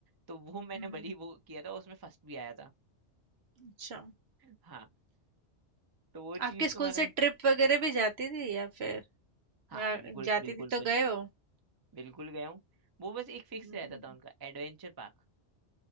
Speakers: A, on the right; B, on the right.
A: तो वो <laughs> मैंने
B: हम्म,
A: भली
B: हम्म,
A: वो किया था उसमें फर्स्ट भी आया था
B: अच्छा
A: हाँ तो वो चीज
B: आपके स्कूल
A: तो मतलब
B: से ट्रिप वगैरह भी जाती थी या फिर
A: हाँ
B: या
A: बिल्कुल
B: जाती
A: बिल्कुल
B: थी तो
A: बिल,
B: गए हो
A: बिल्कुल गया हूँ वो बस एक फिक्स
B: हम्म,
A: रहता था उनका एडवेंचर पार्क,